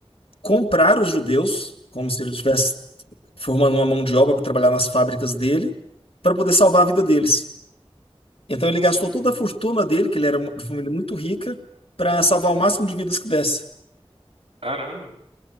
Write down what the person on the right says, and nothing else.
Hum,
sim.
Caramba,